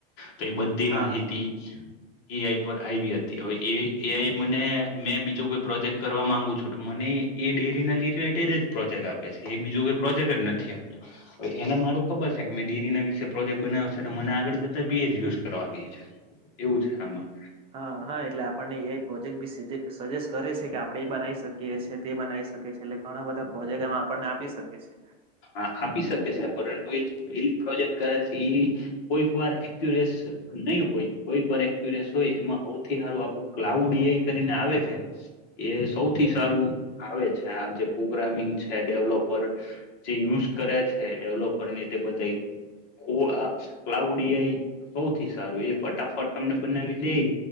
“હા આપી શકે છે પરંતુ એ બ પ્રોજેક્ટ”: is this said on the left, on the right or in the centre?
Left